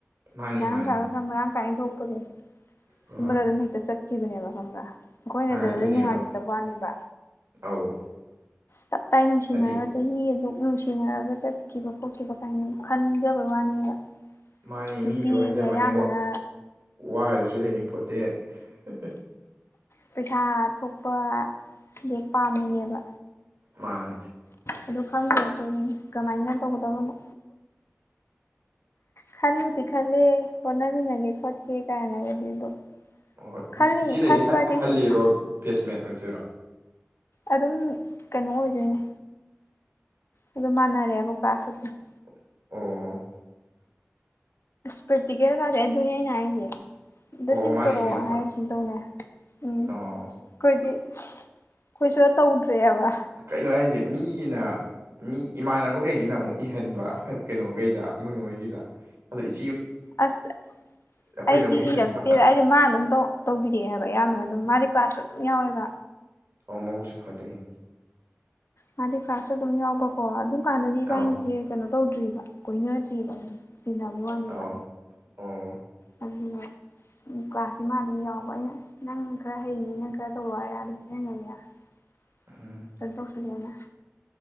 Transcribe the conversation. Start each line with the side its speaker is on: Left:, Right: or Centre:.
Right: ꯃꯥꯅꯤ
Left: ꯄꯩꯁꯥ
Right: ꯃꯥꯅꯤ
Left: ꯅꯨꯡꯁꯥꯒ ꯈꯔ ꯃꯔꯥꯡ ꯀꯥꯏꯅ ꯊꯣꯛꯄꯗꯣ
Right: ꯍꯣꯏ
Left: ꯑꯝꯗ ꯑꯗꯨꯝ ꯍꯦꯛ ꯆꯠ ꯆꯠꯈꯤꯕꯅꯦꯕ ꯈꯪꯕ꯭ꯔꯥ ꯑꯩꯈꯣꯏꯅ
Right: ꯃꯥ
Left: ꯑꯗꯨꯗꯩ
Right: ꯑꯗꯨꯅꯦꯕ
Left: ꯅꯨꯡꯉꯥꯏꯖꯗꯕ ꯋꯥꯅꯦꯕ
Right: ꯑꯧ
Left: ꯇꯞꯇꯥꯥꯏ ꯅꯨꯡꯁꯤꯅꯔꯒ
Right: ꯍꯥꯏꯗꯤ
Left: ꯆꯍꯤ ꯑꯗꯨꯛ ꯅꯨꯡꯁꯤ ꯁꯤꯟꯅꯔꯒ ꯆꯠꯈꯤꯕ ꯈꯣꯠꯈꯤꯕ ꯀꯥꯏꯅ ꯈꯟꯖꯕ ꯋꯥꯅꯦꯕ
Right: ꯃꯥꯅꯤ
Left: ꯅꯨꯄꯤꯒꯤ
Right: ꯃꯤꯁꯨ ꯍꯥꯏꯖꯕꯅꯦ
Left: ꯑꯌꯥꯝꯕꯅ
Right: ꯆꯥ ꯋꯥꯔꯒꯁꯨ ꯂꯩꯅꯤ ꯄꯣꯠꯇꯦ ꯍꯦ ꯍꯦ
Left: ꯄꯩꯁꯥ ꯊꯣꯛꯄ ꯍꯦꯛ ꯄꯥꯝꯃꯤꯅꯦꯕ
Right: ꯃꯥꯅꯦ
Left: ꯑꯗꯨ ꯈꯪꯗꯕ ꯈꯣꯏꯒꯤ ꯀꯃꯥꯏꯅ ꯇꯧꯒꯗꯕꯅꯣ ꯈꯟꯂꯨꯗꯤ ꯈꯜꯂꯦ ꯍꯣꯠꯅꯃꯤꯟꯅꯒꯦ ꯈꯣꯠꯀꯦ ꯀꯥꯏꯅꯒꯗꯤ ꯑꯗꯣ
Right: ꯑꯍꯣꯏ
Left: ꯈꯜꯂꯤꯅꯤ
Right: ꯏꯆꯦꯗꯩꯗꯤ
Left: ꯈꯟꯕꯗꯤ
Right: ꯍꯜꯂꯤꯔꯣ
Left: ꯁꯨꯝ
Right: ꯕꯦꯁꯃꯦꯠ ꯑꯣꯏꯗꯣꯏꯔꯣ
Left: ꯑꯗꯨꯝ ꯀꯩꯅꯣ ꯑꯣꯏꯗꯣꯏꯅꯦ ꯑꯗꯨꯝ ꯃꯥꯟꯅꯔꯦꯕ ꯀꯥꯂꯥꯁ ꯁꯦ ꯑꯗꯨꯝ
Right: ꯑꯣ
Left: ꯄꯔꯦꯛꯇꯤꯀꯦꯜ ꯒꯥꯏꯁꯦ ꯑꯗꯨꯅꯦ ꯑꯩꯅ ꯍꯥꯏꯁꯦ ꯗꯗ
Right: ꯑꯣ
Left: ꯁꯤꯟꯇꯧꯔꯛꯑꯣ
Right: ꯃꯥꯅ ꯏꯕꯤꯔꯛꯄ
Left: ꯍꯥꯏꯔ ꯁꯤꯟꯇꯧꯅꯦ ꯎꯝ ꯑꯩꯈꯣꯏꯗꯤ
Right: ꯑꯣ
Left: ꯈꯣꯏ ꯁꯨꯡꯇꯧ ꯇꯧꯗ꯭ꯔꯦꯕ
Right: ꯀꯩꯅꯣ ꯍꯥꯏꯁꯦ ꯃꯤꯒꯤꯅ ꯃꯤ ꯏꯃꯥꯟꯅꯕꯒꯩꯒꯤꯅ ꯑꯃꯨꯛ ꯏꯍꯜꯂꯣ ꯀꯩꯅꯣꯒꯩꯗ ꯃꯣꯏ ꯃꯣꯏꯒꯤꯗ ꯑꯗꯣ ꯏꯁ
Left: ꯑꯁ
Right: ꯑꯩꯈꯣꯏꯗ
Left: ꯑꯩꯗꯤ
Right: ꯑꯃꯨꯛ ꯏꯍꯟꯕ
Left: ꯏꯔꯛꯇꯦꯗ ꯑꯩꯗꯤ ꯃꯥꯅ ꯑꯗꯨꯝ ꯇꯧ ꯇꯧꯕꯤꯔꯛꯑꯦꯕ ꯑꯌꯥꯝꯕꯅ ꯑꯗꯨꯝ ꯃꯥꯗꯤ ꯀ꯭ꯂꯥꯁ ꯑꯗꯨꯝ ꯌꯥꯎꯋꯦꯕ
Right: ꯑꯧ ꯃꯕꯨꯛꯁꯨ ꯐꯠꯇꯣꯏꯅꯦ
Left: ꯃꯥꯗꯤ ꯀ꯭ꯂꯥꯁꯁꯨ ꯑꯗꯨꯝ ꯌꯥꯎꯕꯀꯣ ꯑꯗꯨꯝ ꯀꯥꯟꯗꯗꯤ ꯏꯕꯥ
Right: ꯑꯧ
Left: ꯑꯩꯁꯦ ꯀꯩꯅꯣ ꯇꯧꯗ꯭ꯔꯤꯕ ꯀꯣꯏꯅꯗ꯭ꯔꯤꯕ ꯇꯤꯟꯅꯕꯒꯤ ꯋꯥꯅꯦꯕ
Right: ꯑꯧ ꯑꯣ
Left: ꯑꯗꯨ ꯀ꯭ꯂꯥꯁꯁꯤ ꯃꯥ ꯑꯗꯨꯝ ꯌꯥꯎꯕ ꯑꯩꯅ ꯑꯁ ꯅꯪ ꯈꯔ ꯍꯩꯌꯦ ꯅꯪ ꯈꯔ ꯇꯧꯔꯣ ꯍꯥꯏꯔ ꯁꯖꯤꯟꯅꯩ
Right: ꯎꯝ
Left: <unintelligible>